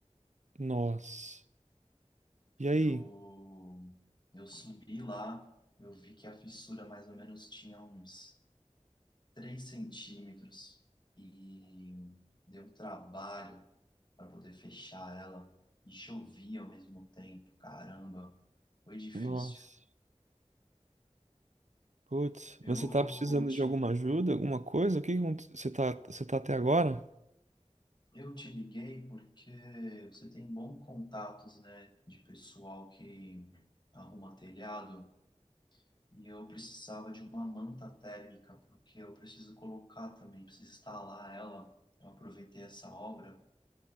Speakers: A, on the right (about 80°); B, on the left (about 40°).
A: Nossa. E aí?
B: Eu, eu subi lá, eu vi que a fissura mais ou menos tinha uns 3 centímetros e deu um trabalho para poder fechar ela e chovia ao mesmo tempo. Caramba, foi difícil.
A: Nossa. Putz,
B: Eu
A: você tá precisando
B: te,
A: de alguma ajuda, alguma coisa? O que que aconte- você tá, você tá até agora?
B: eu te liguei porque você tem bons contatos, né, de pessoal que arruma telhado e eu precisava de uma manta térmica porque eu preciso colocar também, preciso instalar ela. Eu aproveitei essa obra